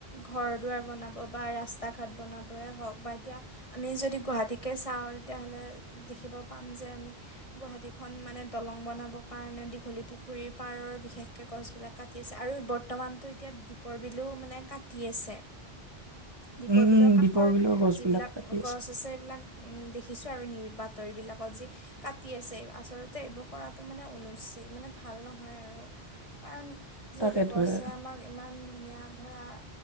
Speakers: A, on the left; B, on the right.
A: ঘৰ-দুৱাৰ বনাব বা ৰাস্তা-ঘাট বনাবই হওক, বা এতিয়া আমি যদি গুৱাহাটীকে চাওঁ তেতিয়াহ'লে দেখিব পাম যে আমি গুৱাহাটী‌ত এখন মানে দলং বনাবৰ কাৰণে দীঘলী পুখুৰীৰ পাৰৰ বিশেষকে গছবিলাক কাটি আছে আৰু ব বৰ্তমানটো এতিয়া দীপৰ বিলো মানে কাটি আছে দীপৰ
B: উম
A: বিলৰ
B: উম
A: কাষৰ
B: দীপৰ বিলৰ গছ
A: যিবিলাক
B: বিলাক কাটি
A: গছ আছে সেইবিলাক উম, দেখিছো আৰু নি বাতৰি বিলাকত যে কাটি আছে। আচলতে এইবোৰ কৰাটো মানে অনুচিত মানে ভাল নহয় আৰু কাৰণ যিহেতু
B: তাকেতো
A: গছে
B: এ
A: আমাক ইমান ধুনীয়া ধৰা